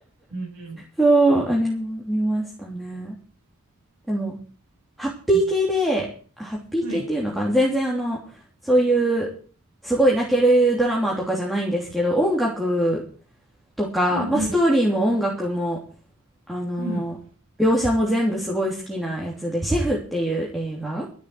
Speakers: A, on the right; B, in the centre.
A: うん。
B: そう、あれも見ましたね。でも、ハッピー系で、
A: うん
B: あハッピー系っていうのかな、
A: うんはい。
B: 全然あの、そういう、すごい泣けるドラマとかじゃないんですけど、音楽とか、
A: うん
B: まあ、ストーリーも音楽も、あの、
A: うん。うん。
B: 描写も全部すごい好きなやつで、シェフっていう映画